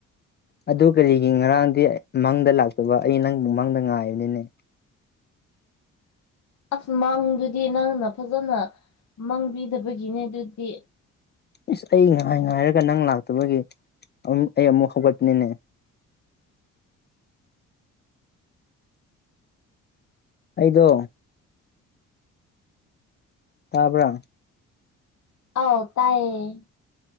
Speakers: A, on the left; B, on the left.
A: ꯑꯗꯨ ꯀꯔꯤꯒꯤ ꯉꯔꯥꯡꯗꯤ ꯃꯪꯗ ꯂꯥꯛꯇꯕ ꯑꯩ ꯅꯪ ꯃꯪꯗ ꯉꯥꯏꯕꯅꯤꯅꯦ
B: ꯑꯁ ꯃꯪꯗꯨꯗꯤ ꯅꯪꯅ ꯐꯖꯅ ꯃꯪꯕꯤꯗꯕꯒꯤꯅꯦ ꯗꯨꯗꯤ
A: ꯏꯁ ꯑꯩ ꯅꯍꯥꯟ ꯉꯥꯏꯔꯒ ꯅꯪ ꯂꯥꯛꯇꯕꯒꯤ ꯑꯃꯨꯛ ꯑꯩ ꯑꯃꯨꯛ ꯍꯧꯒꯠꯄꯅꯤꯅꯦ
B: <inaudible>
A: ꯑꯩꯗꯣ ꯇꯥꯕ꯭ꯔꯥ
B: ꯑꯧ ꯇꯥꯏꯌꯦ